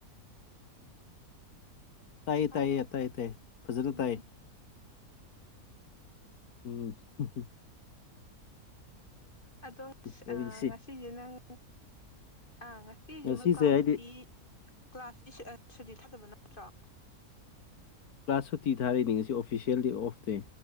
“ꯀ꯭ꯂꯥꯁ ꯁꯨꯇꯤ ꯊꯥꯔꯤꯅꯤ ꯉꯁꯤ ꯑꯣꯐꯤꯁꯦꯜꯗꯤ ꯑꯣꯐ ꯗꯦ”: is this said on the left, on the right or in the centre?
Left